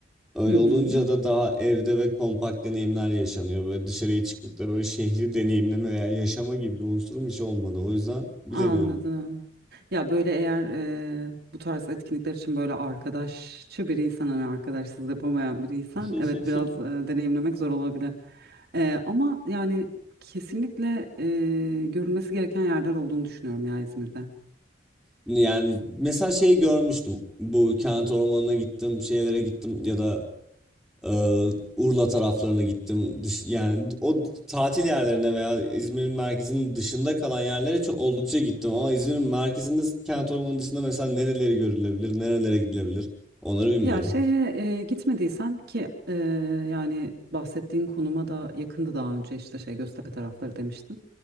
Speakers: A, in the centre; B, on the right.
A: Öyle
B: Hı hı.
A: olunca da daha evde ve kompakt deneyimler yaşanıyor. Böyle dışarıya çıkıp da böyle şehri deneyimleme veya yaşama gibi bir unsurum hiç olmadı. O yüzden bilemiyorum.
B: Anladım. Ya böyle eğer e, bu tarz etkinlikler için böyle arkadaşçı biriysen hani arkadaşsız yapamayan biriysen
A: <laughs>
B: evet biraz e, deneyimlemek zor olabilir. E, ama yani kesinlikle e, görülmesi gereken yerler olduğunu düşünüyorum ya İzmir'de.
A: Yani mesela şey görmüştüm. Bu kent ormanına gittim, şeylere gittim ya da Ee, Urla taraflarına gittim. Dış- yani o tatil yerlerine veya İzmir'in merkezinin dışında kalan yerlere çok oldukça gittim ama İzmir'in merkezinde kent ormanı dışında mesela nereleri görülebilir, nerelere gidilebilir onları bilmiyorum.
B: Ya şeye e, gitmediysen ki e, yani bahsettiğin konuma da yakındı daha önce işte şey Göztepe tarafları demiştin.